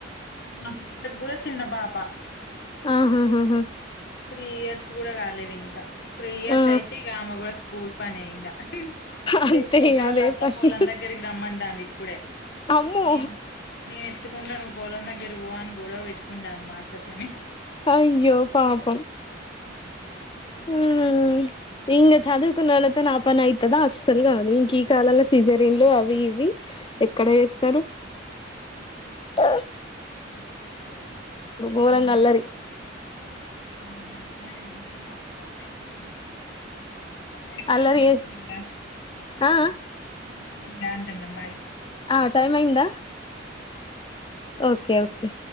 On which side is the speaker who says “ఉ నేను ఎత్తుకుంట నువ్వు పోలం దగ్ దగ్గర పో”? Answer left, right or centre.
Left